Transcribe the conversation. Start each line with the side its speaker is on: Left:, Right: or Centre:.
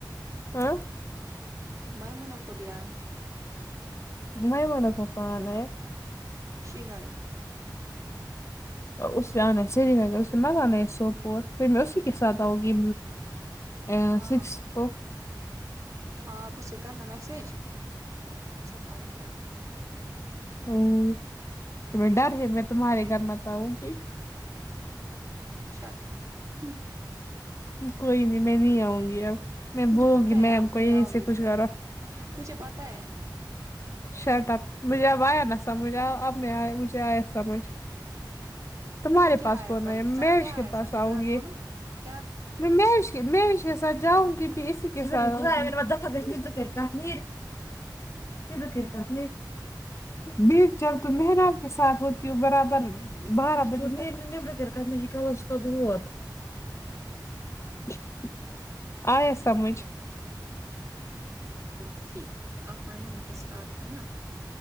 Left: ہاں
Right: میمونہ کو بھی آیا ہے
Left: میمونہ کو کال ہے
Right: شری نگر
Left: اسے آنا ہے سری نگر اس سے مگا نا ایک سوپ اور پھر میں اسی کے ساتھ آؤں گی اے آ
Right: ہاں
Left: سیکس جو
Right: ہاں آپ اس سے کرنا میسج پھر ایک ساتھ آؤ گے آپ دونوں
Left: آمم تمے ڈر ہے میں تمہارے گھر مت آو گی
Right: شٹ اپ ہمم
Left: کوئی نہیں میں نہیں آؤں گی اب میں
Right: مجھے
Left: بولوں
Right: پتا
Left: گی
Right: ہے
Left: میم
Right: آپ
Left: کو
Right: نہیں
Left: یہیں
Right: آؤ
Left: سے
Right: گی
Left: کچھ
Right: تو
Left: کرو
Right: مجھے پتا ہے
Left: شرٹ آپ مجھے آب آیا نا سمجھ اب میں آیا مجھے آیا سمجھ تمہارے
Right: کیا
Left: پاس
Right: آیا
Left: کون
Right: سمجھ
Left: ہے محش
Right: کیا
Left: کے
Right: آیا
Left: پاس
Right: سمجھ
Left: آؤں
Right: ذرا
Left: گی
Right: بولو کیا
Left: میں مش میں ہیش کے ساتھ جاؤں گی بھی اسی کے سات <unintelligible> <unintelligible> میر جب تم مہراج کے ساتھ ہوری ہو برابر بارہ بجنے <unintelligible> آیا سمجھ
Right: اوکے آپ میمونہ کے ساتھ آنا